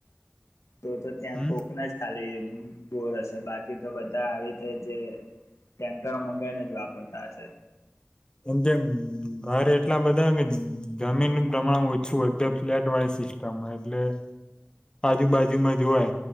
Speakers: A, on the left (about 85°); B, on the left (about 20°).
A: તો તો ત્યાં
B: હમ
A: કોકના જ ખાલી બોર હશે બાકી તો બધા આવી રીતે જે ટેન્કરો મંગાવાઈને જ વાપરતા હશે
B: એમ ઘર એટલા બધા હોય કે જમીનનું પ્રમાણ ઓછું હોય તે ફ્લેટ વાય સિસ્ટમ એટલે આજુબાજુમાં જોય